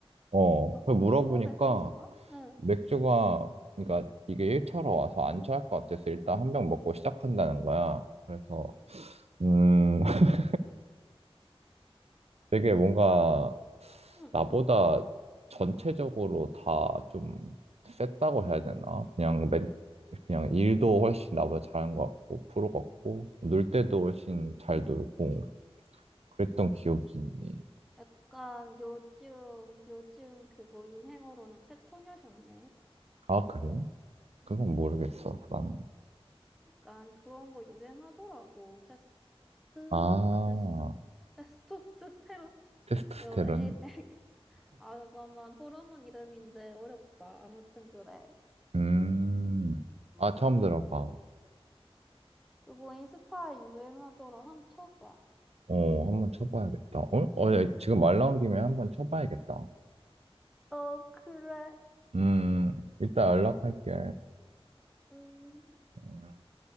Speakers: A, on the right; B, in the centre.
A: 어,
B: 어,
A: 그 물어보니까
B: 펍에 소주가? 응.
A: 맥주가 그러니까 이게 1차로 와서 안 취할 것 같아서 일단 한 병 먹고 시작한다는 거야. 그래서 음 <laughs> 되게 뭔가
B: 응.
A: 나보다 전체적으로 다 좀 셌다고 해야 되나? 그냥 맨, 그냥 일도 훨씬 나보다 잘한 것 같고, 프로 같고, 놀 때도 훨씬
B: 응.
A: 잘 놀고, 그랬던 기억이 있니?
B: 약간 요즘, 요즘 그거 유행어로는 테토녀셨네.
A: 아, 그래? 그건 모르겠어, 나는.
B: 약간 그런 거 유행하더라고. 테스트,
A: 아,
B: 아, 테스트, 테스토스테론?
A: 테스토스테론?
B: 여, 에, <laughs> 아, 잠깐만. 호르몬 이름인데 어렵다. 아무튼 그래.
A: 음,
B: 음,
A: 아, 처음 들어봐.
B: 그거 인스타에 유행하더라. 한번 쳐봐.
A: 어, 한번 쳐봐야겠다. 어? 어, 야, 지금 말 나온 김에 한번 쳐봐야겠다.
B: 어, 그래.
A: 음, 이따 연락할게.
B: 음.
A: 음.